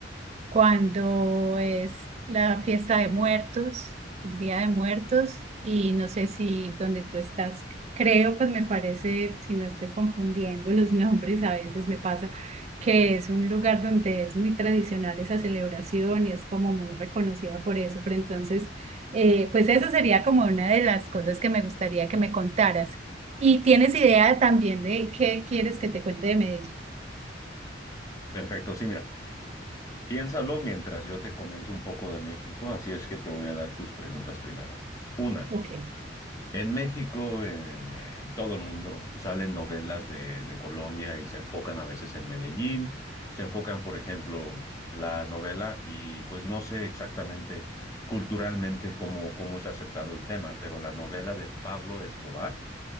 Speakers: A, on the right (about 35°); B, on the left (about 15°).
A: cuando es la fiesta de muertos, el Día de Muertos, y no sé si donde tú estás, c- creo, pues me parece, si no estoy confundiendo <laughs> los nombres, a veces me pasa que es un lugar donde es muy tradicional esa celebración y es como muy reconocida por eso, pero entonces, eh, pues eso sería como una de las cosas que me gustaría que me contaras. ¿Y tienes idea también de qué quieres que te cuente de Medellín?
B: Perfecto, sí, mira, piénsalo mientras yo te comento un poco de México, así es que te voy a dar tus preguntas primero. Una.
A: Ok.
B: En México, en, en todo el mundo, salen novelas de, de Colombia y se enfocan a veces en Medellín, se enfocan, por ejemplo, la novela y pues no sé exactamente culturalmente cómo, cómo es aceptado el tema, pero la novela de Pablo Escobar,